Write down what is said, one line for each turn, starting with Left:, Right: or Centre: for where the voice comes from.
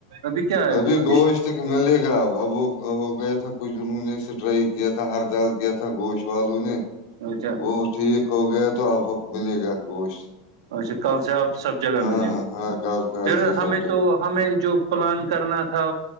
Right: ابھی کیا ہے؟
Left: ابھی گوشتک ملے گا اب اب وہ ہو گیا تھا کچھ انہوں نے سٹرائی کیا تھا ہر جال کیا تھا گوش والو نے
Right: اچھا
Left: وہ ٹھیک ہو گیا تو اب ملے گا گوشت
Right: اچھا کل سے آپ سب جگہ
Left: ہاں
Right: ملے
Left: ہاں
Right: گا
Left: ہاں کل کل
Right: پھر
Left: سے
Right: ہمیں
Left: سب جگہ
Right: تو ہمیں جو پلان کرنا تھا